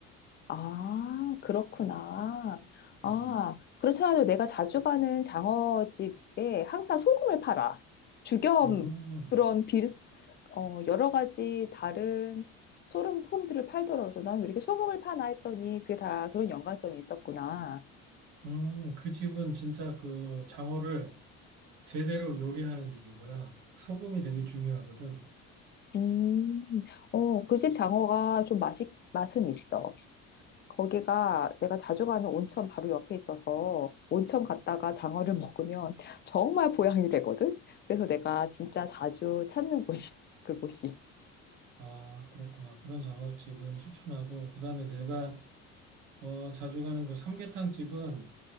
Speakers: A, on the left; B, on the right.
A: 아, 그렇구나. 아,
B: 음.
A: 그렇지 않아도 내가 자주 가는 장어집에 항상 소금을 팔아. 죽염
B: 음.
A: 그런 비 어, 여러 가지 다른 소름 홈들을 팔더라고요. 나는 왜 이렇게 소금을 파나 했더니 그게 다 그런 연관성이 있었구나.
B: 음, 그 집은 진짜 그 장어를 제대로 요리하는 집인 거야. 소금이 되게 중요하거든.
A: 음, 어, 그 집 장어가 좀 맛이, 맛은 있어. 거기가 내가 자주 가는 온천 바로 옆에 있어서 온천 갔다가 장어를 <laughs> 먹으면 정말 보양이 되거든? 그래서 내가 진짜 자주 찾는 곳이야, <laughs> 그곳이.
B: 아, 그렇구나. 그런 장어집은 추천하고, 그 다음에 내가, 어, 자주 가는 그 삼계탕 집은,